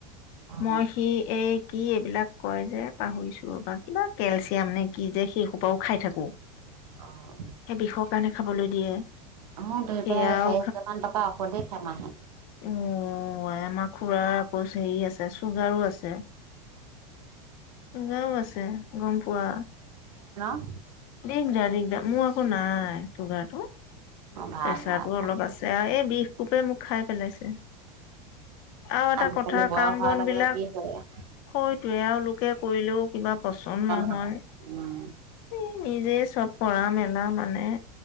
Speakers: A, on the right; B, on the left.
A: অ',
B: মই সি এই কি এইবিলাক কয় যে পাহৰিছো ৰ কিবা কেলচিয়াম নে কি যে সেইসোপাও খাই থাকো
A: অ',
B: বিষৰ কাৰণে খাবলৈ দিয়ে
A: অ দেউতা
B: সেয়াও
A: চাৰি হাজাৰ মান টকা আক দে সমাহে
B: উ আই আমাৰ খুৰা। বছ হেৰি আছে চুগাৰো আছে চুগাৰো আছে গম পোৱা।
A: হয় <unintelligible>
B: দিগডা দিগডা মোৰ অ' নাই চুগাৰটো
A: অ', ভাল
B: প্ৰেচাৰটো
A: ভাল ভাল
B: অলপ আছে আও এ বিষ কোপে মোক খাই পেলাইছে আৰু এটা
A: আজিকালি
B: কথা
A: বয়স
B: কাম
A: হোৱাৰ
B: বন
A: লগে
B: বিলাক
A: লগে বিষ হয়
B: হৈ তেঁওলোকে কৰিলেও কিবা পচন্দ নহয়
A: নহয়। উম,
B: নিজেই চব কৰা মেলা মানে।